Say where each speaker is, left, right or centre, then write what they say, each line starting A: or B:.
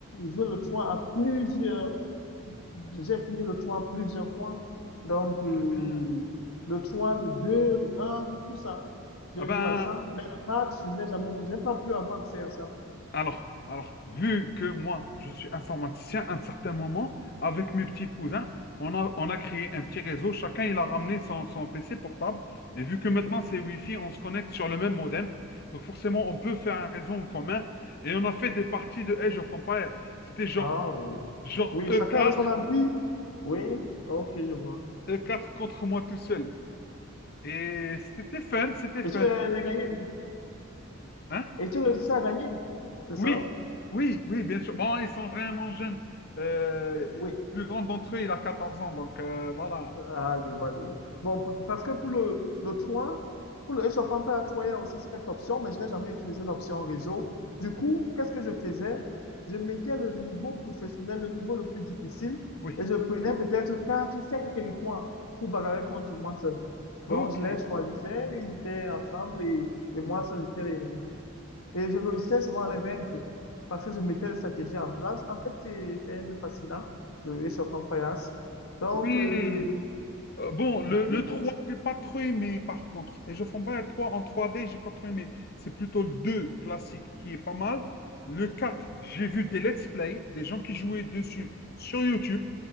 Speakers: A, on the left; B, on the left.
A: joué le 3 à plusieurs, j'ai fini le 3 plusieurs fois. Donc, euh,
B: bien.
A: le 3 le 2 le un tout ça. J'ai
B: Ah ben,
A: joué à ça. Mais le 4 je n'ai jamais, j'ai pas pu avoir accès à ça.
B: alors, alors, vu que moi, je suis informaticien, à un certain moment, avec mes petits cousins, on a, on a créé un petit réseau. Chacun, il a ramené son, son PC portable. Et vu que maintenant,
A: Oui.
B: c'est Wi-Fi, on se connecte sur le même modem. Donc forcément, on peut faire un réseau en commun. Et on a fait des parties de Age of Empires. C'était genre,
A: Ah, oui.
B: genre
A: Oui,
B: e
A: chacun
B: quatre
A: avait son ampli. Oui, ok, je vois.
B: e quatre contre moi tout seul. Et c'était fun, c'était
A: Et
B: fun.
A: tu l'as l'as gagné?
B: Hein
A: Et tu réussis à gagner, c'est
B: Oui,
A: ça?
B: oui, oui, bien sûr. Bon, ils sont vraiment jeunes. Euh,
A: Oui.
B: le plus grand d'entre eux, il a 14 ans, donc euh, voilà.
A: Ah, je vois, je vois. Bon, p- parce que pour le, le 3, pour le réchauffement plat à 3, il y a aussi cette option, mais je n'ai jamais utilisé l'option réseau. Du coup, qu'est-ce que je faisais? Je mettais le niveau professionnel, le niveau le plus difficile,
B: Oui,
A: et je prenais peut-être 4, 5 territoires pour bagarrer contre moi seul.
B: ok.
A: Donc, je les choisissais, ils étaient ensemble, et, et moi
B: Mhm.
A: seul, j'étais l'ennemi. Et je réussissais souvent à les vaincre parce que je mettais des stratégies en place. En fait, c'est c'est un jeu fascinant, le Age of Empires. Donc,
B: Oui.
A: euh,
B: Euh, bon, le,
A: depuis
B: le
A: le...
B: 3 j'ai pas trop aimé, par contre. Et je fonds pas le 3 en trois d j'ai pas trop aimé. C'est plutôt le 2 classique qui est pas mal. Le 4, j'ai vu des let's play, des gens qui jouaient dessus sur YouTube.